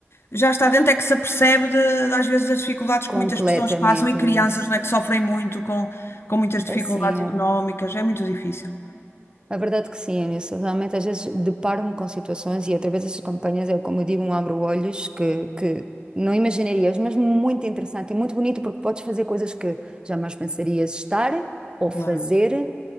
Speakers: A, on the left; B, on the right.
A: já está dentro é que se apercebe de, às vezes das dificuldades
B: Completamente,
A: que muitas pessoas passam e crianças,
B: Eunice.
A: não é, que sofrem muito com, com muitas dificuldades
B: Assim
A: económicas.
B: é.
A: É muito difícil.
B: A verdade que sim, Anilson. Realmente, às vezes deparo-me com situações e através destas campanhas eu, como eu digo, um abro-olhos que, que não imaginarias, mas muito interessante e muito bonito porque podes fazer coisas que jamais pensarias estar ou fazer,
A: Claro.